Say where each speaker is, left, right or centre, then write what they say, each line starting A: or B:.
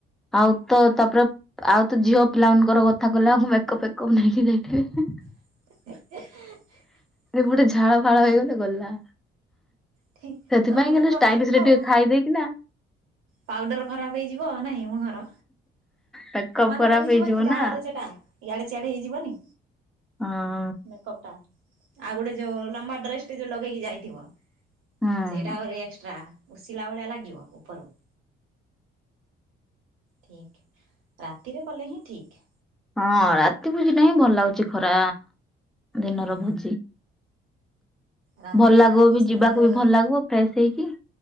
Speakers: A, in the centre; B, on the right.
A: ଆଉ ତ ତାପରେ ଆଉ ତ ଝିଅ ପିଲାମାନଙ୍କର କ କଥା କହଲା ମେକପ୍ ଫେକପ୍ ନେଇକି ଯାଇଥିବେ।
B: <unintelligible>
A: ଗୋଟେ ଝାଳ ଫାଳ ହେଇଗଲେ ଗଲା।
B: ଠିକ
A: ସେଥିପାଇଁ
B: ସବୁ ମେକଅପ୍
A: କଲି ଷ୍ଟାଇଲିଶ
B: ଯିବ
A: ରେ
B: ଆଉ।
A: ଟିକେ ଖାଇଦେଇକିନା
B: ପାଉଡର ଖରାପ ହେଇଯିବ ନାଇଁ ମୁହର
A: ମେକଅପ୍
B: ମାନେ
A: ଖରାପ
B: ବୋହିଯିବନି
A: ହେଇଯିବ
B: ଝାଳରେ
A: ନା।
B: ସେଟା। ୟାଡେିଆଡେ ହେଇଯିବନି।
A: ହଁ।
B: ମେକଅପ୍ ଟା ଆଉ ଗୋଟେ ଯୋଉ ଲମ୍ବା ଡ୍ରେସଟେ ଯୋଉ ଲଗେଇକି ଯାଇଥିବ।
A: ହୁଁ
B: ସେଇଟା ଆହୁରି ଏକ୍ସଟ୍ରା ଉସିଲା ଭଳିଆ ଲାଗିବ ଉପରକୁ। ଠିକ୍ ରାତିରେ କଲେ ହିଁ ଠିକ୍।
A: ହଁ ରାତି ଭୋଜି ଟା ହିଁ ଭଲ ଲାଗୁଛି ଖରା ଦିନର
B: ହୁଁ ହୁଁ
A: ଭୋଜି।
B: ରାତିରେ
A: ଭଲ ଲାଗିବ
B: ହେଲେ ମସ୍ତ
A: ବି ଯିବାକୁ ବି ଭଲ ଲାଗିବ ଫ୍ରେଶ ହେଇକି।